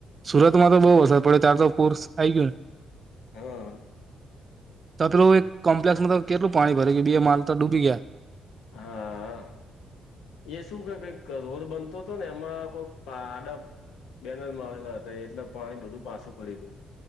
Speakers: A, on the right; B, on the left.
A: સુરત માં તો બહુ વરસાદ પડે ત્યાર તો પૂર્સ આઈ ગ્યું ન.
B: હા
A: તા પેલું એક કોમ્પ્લેક્ષમાં તો કેટલું પાણી ભરઈ ગ્યું બે માળ તો ડૂબી ગ્યા.
B: હા આ. એ શું કે રોડ બનતો હતો ને, એમાં કોઈક પાડા બેનલ મા આવેલા હતા, એટલે પાણી બધું પાછું પડીયું હતું.